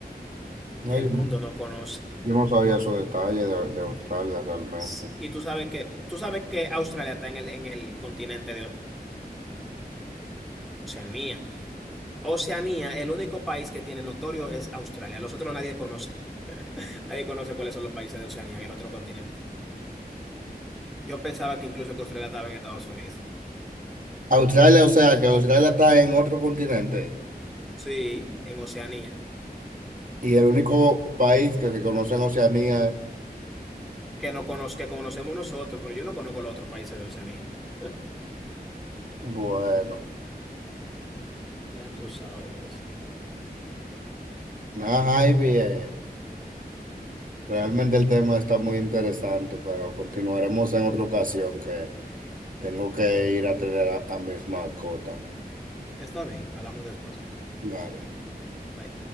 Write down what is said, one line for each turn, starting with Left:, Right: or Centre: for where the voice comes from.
Right: No,
Centre: que el
Right: yo,
Centre: mundo no conoce.
Right: yo no sabía su detalle de, de Australia realmente.
Centre: S- Y tú sabes que, tú sabes que Australia está en el, en el continente de Oceanía. Oceanía, el único país que tiene notorio es Australia. Los otros nadie conoce. <laughs> Nadie conoce cuáles son los países de Oceanía, el otro continente. Yo pensaba que incluso que Australia estaba en Estados Unidos.
Right: Australia, o sea, que Australia está en otro continente
Centre: Sí, en Oceanía.
Right: y el único país que se conoce en Oceanía, es-
Centre: que no conoz- que conocemos nosotros, pero yo no conozco los otros países de Oceanía. <laughs>
Right: bueno,
Centre: Ya tú sabes, Chris.
Right: nada, Ivy, eh, realmente el tema está muy interesante, pero continuaremos en otra ocasión que... Tengo que ir a tener a, a mis mascotas.
Centre: Está bien, hablamos después.
Right: Vale.
Centre: Bye.